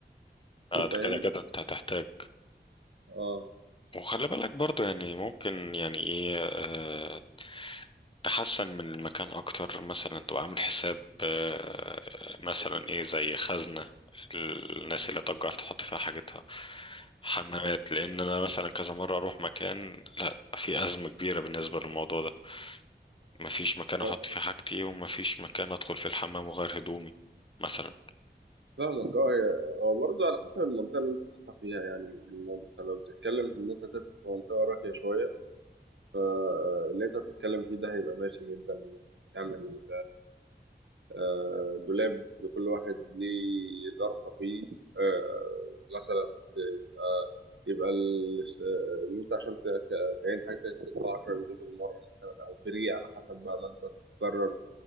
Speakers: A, on the left; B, on the right.
A: آه، ده
B: فاهم
A: كده كده انت هتحتاج
B: اه
A: وخلي بالك برضو يعني ممكن يعني ايه آه، تحسن من المكان اكتر مثلا تبقى عامل حساب آه، مثلا ايه زي خزنة الناس اللي تجار تحط فيها حاجتها حمامات لان انا مثلا كذا مرة اروح مكان لا في ازمة كبيرة بالنسبة للموضوع ده مفيش مكان
B: ف-
A: احط فيه حاجتي ومفيش مكان ادخل فيه الحمام وغير هدومي مثلا
B: فاهمك اه هي هو برضه على حسب المنطقة اللي انت بتفتح فيها يعني الم- انت لو بتتكلم في ان انت هتفتح في منطقة راقية شوية آه، اللي انت بتتكلم فيه ده هيبقى ماشي جدا تعمل آه، دولاب لكل واحد ليه ظرفة فيه آه، مثلا تبقى يبقى ال- آه، إن أنت عشان ت- ت- تعين حاجة تدفع 10 جنيه في المرة مثلا أو فري على حسب بقى ما أنت تقرر